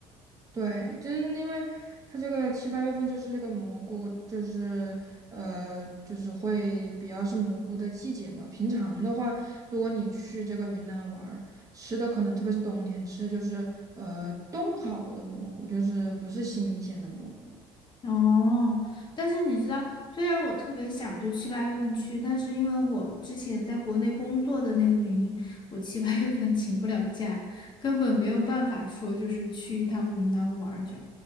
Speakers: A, on the right; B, on the left.
A: 对，真因为它这个七八月份就是这个蘑菇，就是呃，就是会比较是蘑菇的季节嘛。平常的话，如果你去这个云南玩儿，吃的可能特别是冬天吃，就是呃冻好的蘑菇，就是不是新鲜的蘑菇。
B: 哦，但是你知道，虽然我特别想就七八月份去，但是因为我之前在国内工作的那个原因，我七八月份请不了假，根本没有办法说就是去一趟云南玩儿这样，